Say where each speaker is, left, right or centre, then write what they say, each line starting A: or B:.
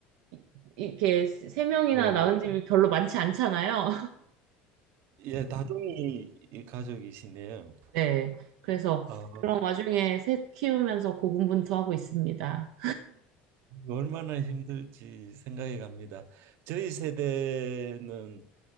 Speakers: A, on the right (about 75°); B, on the right (about 60°).
A: 이- 이렇게 세 명이나
B: 예,
A: 낳은 집이 별로 많지 않잖아요.
B: 예, 다둥이 가족이시네요.
A: 네. 그래서
B: 아,
A: 그런 와중에 새 키우면서 고군분투하고 있습니다.
B: 얼마나 힘들지 생각이 갑니다. 저희 세대는